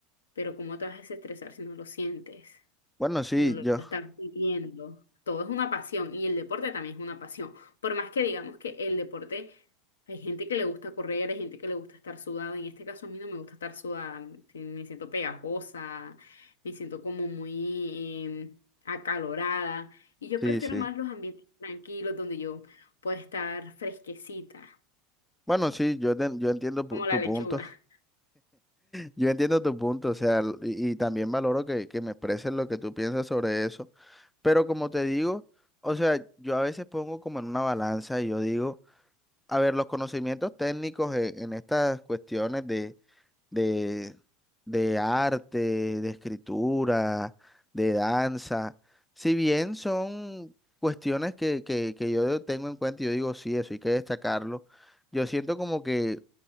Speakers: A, on the left; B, in the centre.
A: pero ¿cómo te vas a desestresar si no lo sientes?
B: Bueno, sí,
A: si no lo
B: yo,
A: estás viviendo. Todo es una pasión y el deporte también es una pasión. Por más que digamos que el deporte, hay gente que le gusta correr, hay gente que le gusta estar sudado. En este caso a mí no me gusta estar sudada, sí, me siento pegajosa, me siento como muy eh, acalorada. Y yo
B: sí,
A: prefiero
B: sí.
A: más los ambientes tranquilos donde yo pueda estar fresquecita,
B: Bueno, sí, yo, te- yo entiendo pu-
A: como
B: tu
A: la lechuga.
B: punto.
A: <laughs>
B: Yo entiendo tu punto, o sea, l- y, y también valoro que, que me expreses lo que tú piensas sobre eso, pero como te digo, o sea, yo a veces pongo como en una balanza y yo digo, a ver, los conocimientos técnicos en, en estas cuestiones de, de, de arte, de escritura, de danza, si bien son cuestiones que, que, que yo tengo en cuenta y yo digo, sí, eso hay que destacarlo, yo siento como que